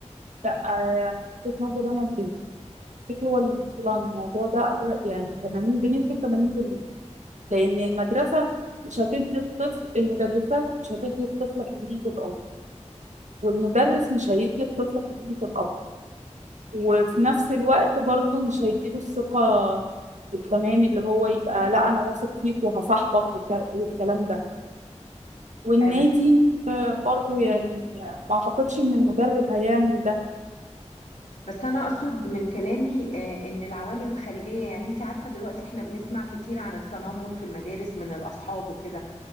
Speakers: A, on the right; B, on the left.
A: لا آه، وجهة نظري انا البيت البيت هو اللي مسؤول عن الموضوع ده اغلب يعني 80 بنسبه 80% لأن المدرسة مش هتدي الطفل المدرسة مش هتدي الطفل حنية الأب والمدرس مش هيدي الطفل حنية الأب وفي نفس الوقت برضه مش هيديله الثقة التمام اللي هو يبقى لا أنا واثق فيك وهصاحبك وك- والكلام ده والنادي
B: آه، بس
A: آه، برضه يعني ما أعتقدش إن المدرب هيعمل ده
B: بس انا اقصد من كلامي آه، ان العوامل الخارجيه يعني انت عارفه دلوقتي احنا بنسمع كتير عن التنمر في المدارس من الاصحاب وكده